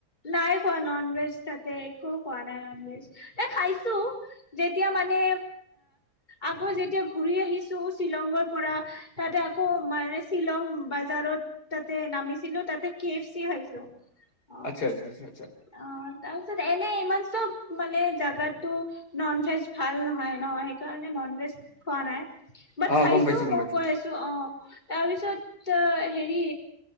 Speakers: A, on the left (about 25°); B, on the left (about 75°).
A: নাই কোৱা নন ভেজ তাতে একো খোৱা নাই নন ভেজ এ খাইছো যেতিয়া মানে আকৌ যেতিয়া ঘূৰি আহিছো শ্বিলঙৰ পৰা তাতে আকৌ মানে শ্বিলং বাজাৰত তাতে নামিছিলো তাতে কে এফ চি খাইছো অ
B: আচ্ছা আচ্ছা আচ্ছা আচ্ছা
A: অ তাৰপিছত এনে ইমান চব মানে জাগাটো নন ভেজ ভাল নহয় ন সেইকাৰণে নন ভেজ খোৱা নাই বাট
B: অ
A: খাইছো
B: গম পাইছো গম
A: মই
B: পাইছো
A: কৈ আছো অ তাৰপিছত হেৰি